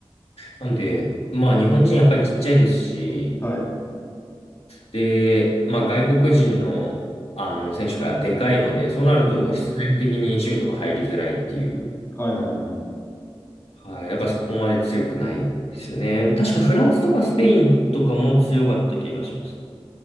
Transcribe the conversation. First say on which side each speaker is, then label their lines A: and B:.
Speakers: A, on the left (about 80°); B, on the left (about 25°).
A: なんで、まあ日本人やっぱりちっちゃいですし、
B: はい。
A: で、まあ外国人のあの選手がでかいので、そうなると必然的にシュートが入りづらいっていう、
B: うん。はいはいはい。
A: はい、だからそこまで強くないですよね。確かフランスとかスペインとかも強かった気がします。